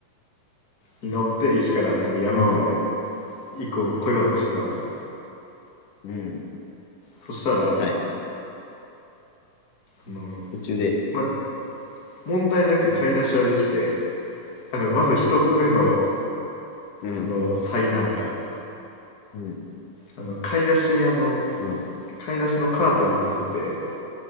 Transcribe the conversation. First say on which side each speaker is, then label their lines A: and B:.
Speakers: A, on the left; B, on the left.
A: に乗って駅からその山まで
B: うん、
A: 以降来ようとしてたのよ
B: うん、
A: そしたらあ
B: はい、
A: の、
B: 途中で、
A: まあ、問題なく買い出しはできてあのまず一つ目の
B: うん、
A: あの災難が
B: うん、
A: あの買い出しあの
B: うん、
A: 買い出しのカートに乗せて